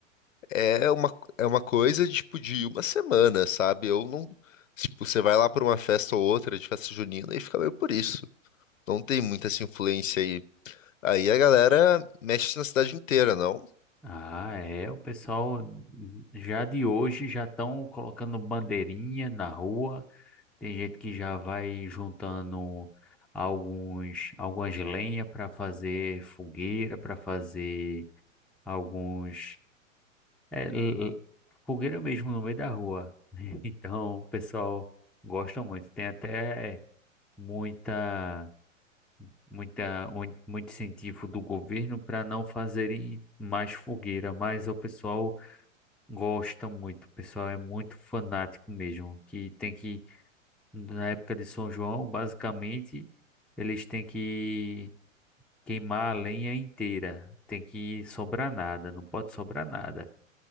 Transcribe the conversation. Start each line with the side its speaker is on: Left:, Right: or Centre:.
Left: é uma, é uma coisa tipo de uma semana, sabe? Eu não. Tipo, você vai lá para uma festa ou outra de festa junina e fica meio por isso. Não tem muita essa influência aí. Aí a galera mexe na cidade inteira, não?
Centre: Ah, é. O pessoal já de hoje já estão colocando bandeirinha na rua. Tem gente que já vai juntando alguns, algumas lenha para fazer fogueira, para fazer alguns é, l- l- fogueira mesmo no meio da rua. <laughs> Então, o pessoal gosta muito. Tem até muita muita, mui- muito incentivo do governo para não fazerem mais fogueira, mas o pessoal gosta muito, o pessoal é muito fanático mesmo, que tem que, na época de São João, basicamente, eles têm que queimar a lenha inteira, tem que sobrar nada, não pode sobrar nada.